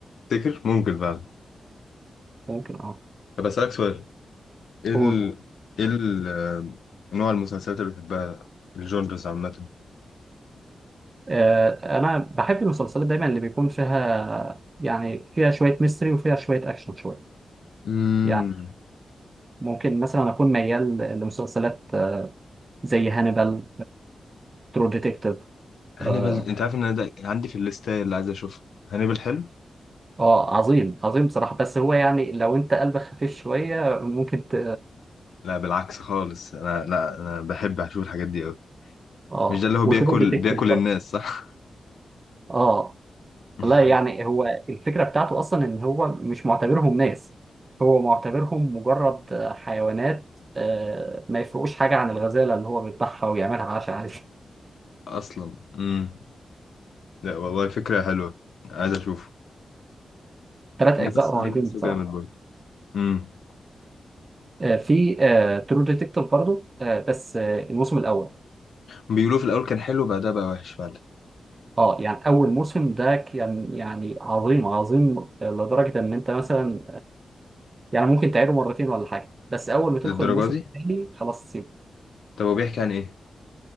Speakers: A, on the left; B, on the right.
A: تفتكر ممكن فعلا
B: ممكن اه
A: طب أسألك سؤال ايه
B: قول
A: ال... ايه ال... آه، نوع المسلسلات اللي بتحبها الجونرز عامة
B: آه، انا بحب المسلسلات دايما اللي بيكون فيها يعني فيها شويه ميستري وفيها شويه اكشن شويه
A: امم
B: يعني ممكن مثلا اكون ميال لمسلسلات آه، زي هانيبال ترو ديتكتيف
A: هانيبال
B: اه True Detective. آه،
A: انت عارف ان انا ده عندي في الليستة اللي عايز اشوفها هانيبال حلو
B: آه، عظيم عظيم بصراحه بس هو يعني لو انت قلبك خفيف شويه ممكن ت...
A: لا بالعكس خالص انا لا انا بحب اشوف الحاجات دي قوي
B: اه
A: مش ده اللي هو
B: وترو
A: بياكل
B: ديتكتيف
A: بياكل
B: برضه
A: الناس صح
B: اه
A: <laughs>
B: والله يعني هو الفكرة بتاعته أصلا إن هو مش معتبرهم ناس هو معتبرهم مجرد آه، حيوانات آه، ما يفرقوش حاجة عن الغزالة اللي هو بيذبحها ويعملها عشاء عادي <laughs>
A: اصلا امم لا والله فكرة حلوة عايز اشوفه
B: فثلاث
A: الممثل
B: أجزاء رهيبين
A: ده بحسه
B: بصراحة
A: جامد برضه امم
B: آه، في ترو ديتكتيف برضه آه، بس آه، الموسم الأول
A: بيقولوا في الاول كان حلو بعدها بقى وحش فعلا
B: اه يعني أول موسم ده كان يعني عظيم عظيم آه، لدرجة إن أنت مثلا يعني ممكن تعيده مرتين ولا حاجة بس أول ما تدخل
A: للدرجة
B: الموسم
A: دي
B: الثاني خلاص
A: طب هو بيحكي عن ايه